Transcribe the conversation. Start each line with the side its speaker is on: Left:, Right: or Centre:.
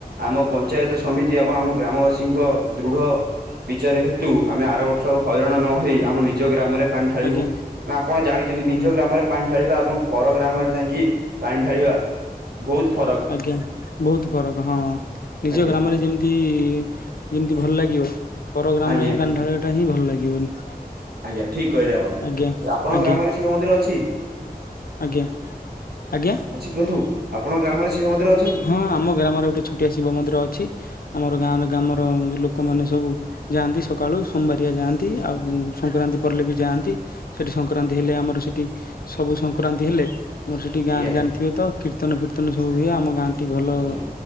Right: ଆମ ପଞ୍ଚାୟତ ସମିତି ଏବଂ ଆମ ଗ୍ରାମବାସୀଙ୍କ ଦୃଢ଼ ବିଚାର ହେତୁ ଆମେ ଆର ବର୍ଷ ଆଉ ହଇରାଣ ନହେଇ ଆମ ନିଜ ଗ୍ରାମରେ ପାଣି ଢାଳିବୁ।
Left: ଆଜ୍ଞା
Right: ନା ଆପଣ ଜାଣିଚନ୍ତି
Left: ହଁ
Right: ନିଜ ଗ୍ରାମରେ ପାଣି ଢାଳିବା ଏବଂ ପର ଗ୍ରାମରେ ଯାଇଁକି ପାଣି ଢାଳିବା ବହୁତ ଫ
Left: ଆଜ୍ଞା ବହୁତ ଫରକ ହଁ ନିଜ
Right: ଆଜ୍ଞା
Left: ଗ୍ରାମରେ ଯେମତି ଯେମିତି ଭଲ ଲାଗିବ ପରଗ୍ରାମରେ
Right: ଆଜ୍ଞା
Left: ଯାଇଁ ପାଣି ଢାଳିବାଟା ହିଁ ଭଲ ଲାଗିବନି।
Right: ଆଜ୍ଞା ଠିକ କହିଲେ ଆପଣ।
Left: ଆଜ୍ଞା
Right: ଆପଣଙ୍କ
Left: ଆଜ୍ଞା
Right: ଗ୍ରାମରେ ଶିବ ମନ୍ଦିର ଅଛି?
Left: ଆଜ୍ଞା। ଆଜ୍ଞା?
Right: ଅଛି ବନ୍ଧୁ ଆପଣଙ୍କ ଗ୍ରାମରେ ଶିବ ମନ୍ଦିର ଅଛନ୍ତି
Left: ହଁ ଆମ ଗ୍ରାମରେ ଗୋଟେ ଛୋଟିଆ ଶିବ ମନ୍ଦିର ଅଛି। ଆମର ଗାଁରେ ଗ୍ରାମର ଲୋକମାନେ ସବୁ ଯାଆନ୍ତି ସକାଳୁ ସୋମବାରିଆ ଯାଆନ୍ତି ଆଉ ସଂକ୍ରାନ୍ତି ପଡ଼ିଲେ ବି ଯାଆ ଆନ୍ତି। ସେଠି ସଂକ୍ରାନ୍ତି ହେଲେ ଆମର ସେଠି ସବୁ ସଂକ୍ରାନ୍ତି ହେଲେ ଆମର ସେଠି ଗାଁରେ
Right: ଆଜ୍ଞା
Left: ଜାଣିଥିବ ତ କୀର୍ତ୍ତନ ଫୀର୍ତ୍ତନ ସବୁ ହୁଏ। ଆମ ଗାଁ ଟି ଭଲ
Right: ଆଜ୍ଞା